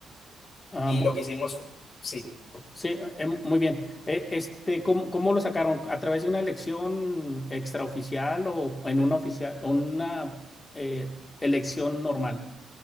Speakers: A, on the left; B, on the left.
A: Ah,
B: Y
A: mu-
B: lo que hicimos, sí.
A: sí, eh, eh, muy bien. Eh, este, ¿cómo, cómo lo sacaron? ¿A través de una elección extraoficial o en una oficial, una eh, elección normal?